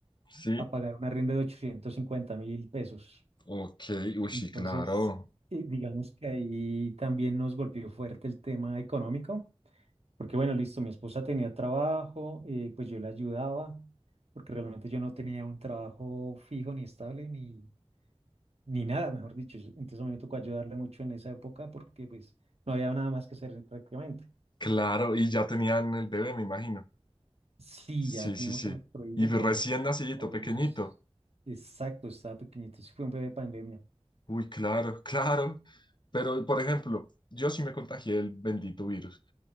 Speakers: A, on the left; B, on the right.
A: sí,
B: a pagar un arriendo de ochocientos cincuenta mil pesos.
A: ok, uy, sí,
B: Entonces,
A: claro.
B: eh, digamos que ahí también nos golpeó fuerte el tema económico, porque bueno, listo, mi esposa tenía trabajo, eh, pues yo la ayudaba, porque realmente yo no tenía un trabajo fijo ni estable, ni, ni nada, mejor dicho. Entonces a mí me tocó ayudarle mucho en esa época porque pues no había nada más que hacer prácticamente.
A: Claro, y ya tenían el bebé, me imagino.
B: Sí,
A: Sí,
B: ya teníamos
A: sí, sí.
B: el nuestro hijo,
A: Y
B: ya
A: recién
B: él
A: nacidito,
B: por ahí
A: pequeñito.
B: unos- Exacto, estaba pequeñito, sí fue un bebé pandemia.
A: Uy, claro, <laughs> claro. Pero, por ejemplo, yo sí me contagié el bendito virus.